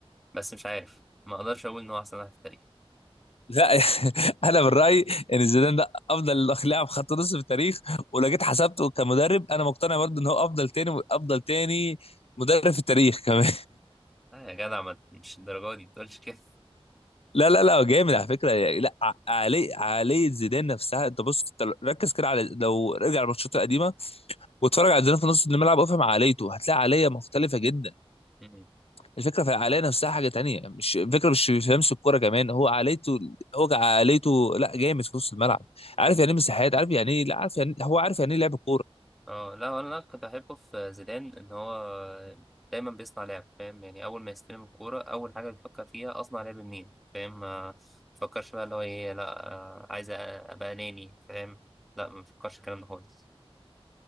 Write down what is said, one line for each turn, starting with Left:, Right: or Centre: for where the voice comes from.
Centre: بس مش عارف ما أقدرش أقول إن هو أحسن واحد في التاريخ
Left: لا <laughs> انا من رايي ان زيدان ده افضل لاعب خط نص في التاريخ ولو جيت حسبته كمدرب انا مقتنع برضو ان هو افضل تاني افضل تاني مدرب في التاريخ كمان
Centre: لا يا جدع ما- مش الدرجة دي بتقولش كده
Left: لا لا لا هو جامد على فكره يعني لا ع- عقليه عقليه زيدان نفسها انت بص انت ركز كده على لو رجع الماتشات القديمه واتفرج على زيدان في نص الملعب وافهم عقليته هتلاقي عقليه مختلفه جدا
Centre: مم.
Left: الفكره في العقليه نفسها حاجه تانية مش الفكره مش في لمس الكوره كمان هو عقليته هو عقليته لا جامد في نص الملعب عارف يعني ايه مساحات عارف يعني ايه لا عارف يعني إيه، هو عارف يعني ايه لعب كوره
Centre: اه لا ولا كنت أحبه في زيدان إن هو دايما بيصنع لعب فاهم يعني أول ما يستلم الكورة أول حاجة بيفكر فيها أصنع لعب منين فاهم ما بيفكرش بقى اللي هو إيه لا آه، عايز أ- أبقى أناني فاهم لا ما بيفكرش الكلام ده خالص